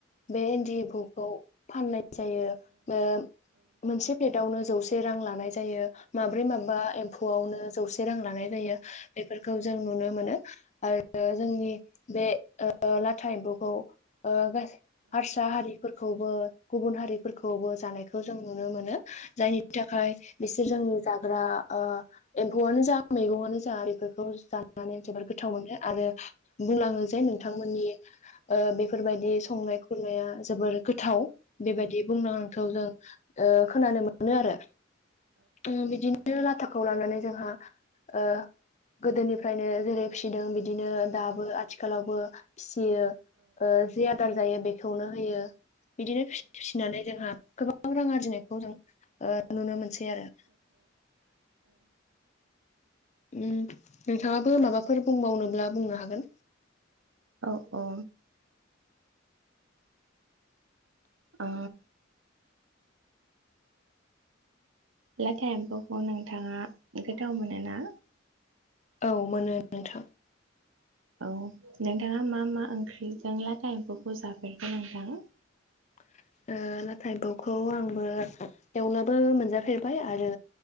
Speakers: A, on the left; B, on the right.
A: बे इन्दि एम्फौखौ फाननाय जायो ओ मोनसे प्लेटावनो जौसे रां लानाय ज जायो माब्रै माबा एम्फौआवनो जौसे रां लानाय जायो बेफोरखौ जों नुनो मोनो। बेयो जोंनि बे ओ लाथा एम्फौ खौ ओ गास हारसा हारिफोरखौ बो गुबुन हारिफोरखौबो जानायखौ जों नुनो मोनो जायनि थाखाय बिसोर जोंनि जाग्रा एम्फौआनो जा मैगङानो जा बेफोरखौ जानानै जोबोर गो थाव मोनो आरो बुंलाङो जे नोंथांमोननि ओ बेफोरबायदि संनाय खुरनाया जोबोर गोथाव बेबायदि बुंनो आांखौ जों ओ खोनानो मोनो आरो। उम बिदिनो लाथा खौ लानानै जोंहा ओ गोदोनिफ्रायनो जेरै फिसिदों बिदिनो दाबो आथि आथिखालावबो सियो जि आदार जायो बेखौनो होयो बिदिनो फिसिनानै जोंहा गोबां रां आरजिनायखौ जों ओ नुनो मोनसै आरो। उम नोंथाङाबो माबाफोर बुंबावनोब्ला बुंनो हागोन।
B: औ औ। ओ। लाथा एम्फौखौ नोंथाङा गोथाव मोनो ना?
A: औ मोनो नोंथां।
B: औ नोंथाङा मा मा ओंख्रि जों लाथा एमफौखौ जाफेरखो नोंथां?
A: ओ नाथाय बखौ आंबो एवना बो मोनजाफेरबाय आरो